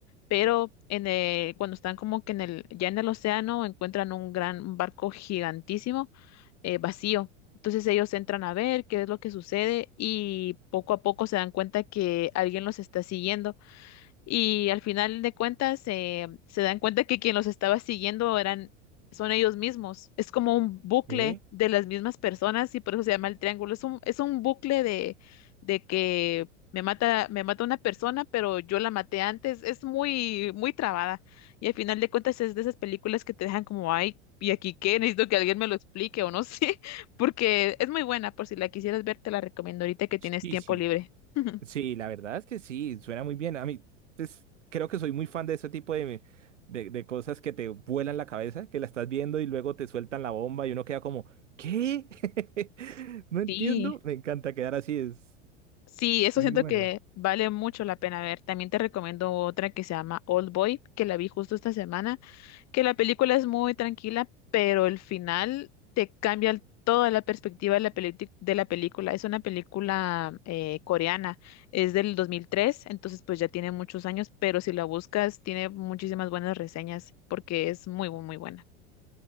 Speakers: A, on the left; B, on the right.
A: pero en el- cuando están como que en el, ya en el océano encuentran un gran un barco gigantísimo eh, vacío. Entonces ellos entran a ver qué es lo que sucede y poco a poco se dan cuenta que alguien los está siguiendo y al final de cuentas eh, se dan cuenta que quien los estaba siguiendo eran, son ellos mismos. Es como un bucle
B: ¿Qué?
A: de las mismas personas y por eso se llama el triángulo. Es un, es un bucle de, de que me mata, me mata una persona, pero yo la maté antes. Es muy, muy trabada. Y al final de cuentas es de esas películas que te dejan como, ay, ¿y aquí qué? Necesito que alguien me lo explique o no sé, <laughs> porque es muy buena. Por si la quisieras ver, te la recomiendo ahorita que tienes
B: Sí,
A: tiempo
B: sí.
A: libre. <laughs>
B: Sí, la verdad es que sí, suena muy bien. A mí, pues, creo que soy muy fan de ese tipo de, de, de cosas que te vuelan la cabeza, que la estás viendo y luego te sueltan la bomba y uno queda como, ¿qué? <laughs> No entiendo.
A: Sí.
B: Me encanta quedar así, es,
A: Sí, eso
B: es
A: siento
B: muy bueno.
A: que vale mucho la pena ver. También te recomiendo otra que se llama Old Boy, que la vi justo esta semana, que la película es muy tranquila, pero el final te cambia el- toda la perspectiva de la peli- de la película. Es una película eh, coreana, es del 2003, entonces pues ya tiene muchos años, pero si la buscas tiene muchísimas buenas reseñas porque es muy, bu- muy buena.